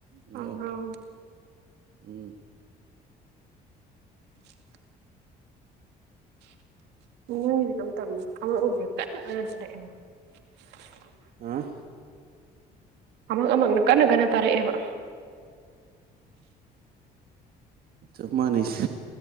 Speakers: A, on the right; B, on the right.
A: ꯑꯣ
B: ꯇꯕꯔꯣ
A: ꯎꯝ
B: <unintelligible> <unintelligible> <unintelligible> <unintelligible>
A: ꯑꯥ
B: ꯑꯃꯛ ꯑꯃꯛꯅ ꯀꯟꯅ ꯀꯟꯅ ꯇꯥꯔꯛꯑꯦꯕ
A: ꯆꯞ ꯃꯥꯅꯩ